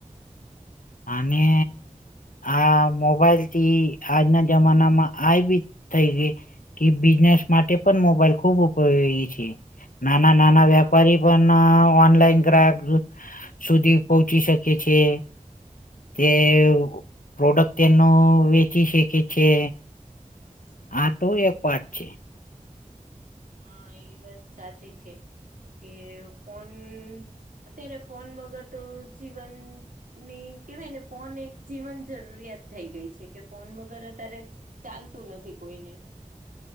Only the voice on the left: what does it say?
અને આ મોબાઈલ થી આજના જમાનામાં આ બી થઈ ગઈ. કે બિઝનેસ માટે પણ મોબાઈલ ખુબ ઉપયોગી છે નાના નાના
વેપારી પણ ઓનલાઈન ગ્રાહક સુધી પહચી શકે છે. તે પ્રોડક્ટ તેનો વેચી શખ છે.
આતો એક વાત છે.